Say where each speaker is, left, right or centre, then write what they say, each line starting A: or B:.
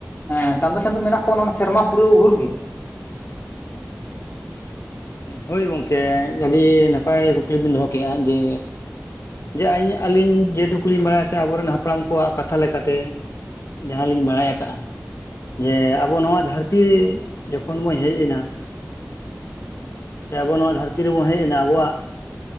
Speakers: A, on the left; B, on the left.
A: ᱮᱸ ᱪᱟᱸᱫᱚ ᱪᱟᱸᱫᱚ ᱢᱮᱱᱟᱜ ᱛᱟᱵᱚᱱᱟ ᱥᱮᱨᱢᱟ ᱯᱩᱨᱟᱹᱣ ᱵᱷᱩᱨ ᱜᱮ᱾
B: ᱦᱳᱭ ᱜᱚᱝᱠᱮ ᱟᱹᱰᱤ ᱱᱟᱯᱟᱭ ᱠᱩᱠᱞᱤ ᱵᱤᱱ ᱫᱚᱦᱚ ᱠᱮᱜᱼᱟ ᱡᱮ ᱡᱮ ᱤᱧ ᱟᱞᱤᱧ ᱡᱮ ᱴᱩᱠᱩᱞᱤᱧ ᱵᱟᱲᱟᱭᱟ ᱥᱮ ᱟᱵᱚᱨᱮᱱ ᱦᱟᱯᱲᱟᱢ ᱠᱚᱣᱟᱜ ᱠᱟᱛᱷᱟ ᱞᱮᱠᱟᱛᱮ ᱡᱟᱦᱟᱸᱞᱤᱧ ᱵᱟᱲᱟᱭ ᱟᱠᱟᱜᱼᱟ ᱡᱮ ᱟᱵᱚ ᱱᱚᱣᱟ ᱫᱷᱟᱹᱨᱛᱤ ᱨᱮ ᱡᱚᱠᱷᱚᱱ ᱵᱚᱱ ᱦᱮᱡ ᱮᱱᱟ ᱡᱮ ᱟᱵᱚ ᱱᱚᱣᱟ ᱫᱷᱟᱹᱨᱛᱤ ᱨᱮᱵᱚᱱ ᱦᱮᱡ ᱮᱱᱟ ᱟᱵᱚᱣᱟᱜ